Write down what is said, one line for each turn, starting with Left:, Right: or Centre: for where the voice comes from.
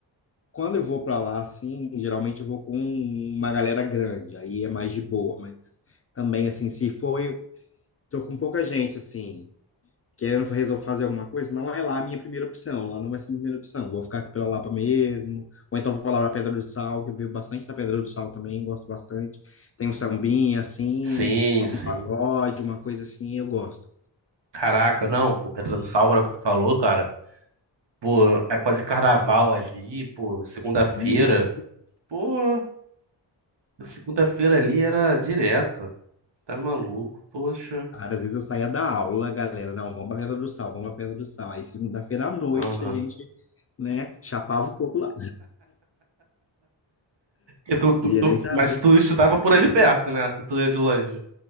Left: quando eu vou para lá, assim, geralmente eu vou com uma galera grande, aí é mais de boa, mas também, assim, se for, eu tô com pouca gente, assim, querendo resolver fazer alguma coisa, não é lá a minha primeira opção, lá não vai ser a minha primeira opção, vou ficar aqui pela Lapa mesmo, ou então vou lá pra Pedra do Sal, que eu bebo bastante da Pedra do Sal também, gosto bastante. Tem um sambinha, assim,
Right: Sim,
Left: toco
Right: sim.
Left: um pagode, uma coisa assim, eu gosto.
Right: Caraca, não, pô, Pedra do Sal, agora que tu falou, cara. Pô, é pó de carnaval ali, pô, segunda-feira.
Left: No
Right: Pô. Segunda-feira ali era direto. Tá maluco, poxa.
Left: Cara, às vezes eu saía da aula, galera, não, vamos pra Pedra do Sal, vamos pra Pedra do Sal. Aí segunda-feira à noite
Right: Aham.
Left: a gente, né, chapava o coco lá.
Right: E tu- tu-
Left: Queria
Right: tu-
Left: nem saber.
Right: mas tu estudava por ali perto, né? Tu ia de longe.